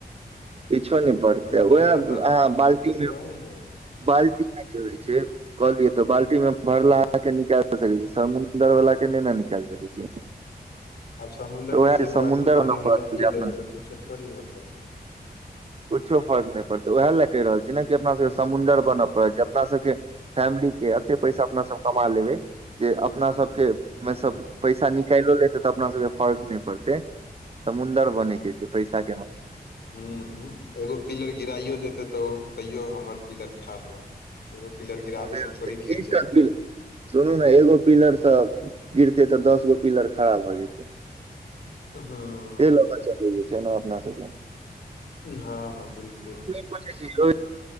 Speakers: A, on the right; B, on the left.
A: किछो नै पड़तै
B: एनाहिते
A: वैह
B: अपना
A: अहाँ बाल्टी मे
B: <unintelligible>
A: बाल्टी में <unintelligible> छै। कहलियो तऽ बाल्टी में भरलाहा के निकैल सकय छी, समुंदर बला के नै नऽ निकाएल सकय छी।
B: आब समुंदर
A: तऽ उएह
B: मे से एक
A: समुंदर
B: बाल्टी पानी
A: बनऽ पड़त
B: निकालिए
A: अपना
B: लेबै तै कुछो थोड़ी हेतै।
A: कुछो फर्क नै पड़तै वैह लै कह रहल छी नै कि अपना सके
B: ह ह
A: समुंदर बना पड़य छै, अपना सबके फैमिली के एत्ते पैसा अपना सब कमा लेबै जे अपना सबके
B: हँ
A: मे सब पैसा निकाएलो लेतै तऽ अपना सबके फर्क नै पड़तै समुन्दर बनय के छै पैसा के माम
B: हुं एगो पिलर गिराइयो देतय तऽ तैयो हमर पिलर खाड़ रहतै। एगो पिलर गिराबे
A: खारे
B: से थोड़ी गिर
A: एकटा
B: जाएब।
A: पिलर सुनू नै एगो पिलर से गिरते तऽ दसगो पिलर खड़ा भ जेतय।
B: हां।
A: ल कै चलय के छै नै अपना सबके
B: हां-हां बिल्कुल
A: <unintelligible>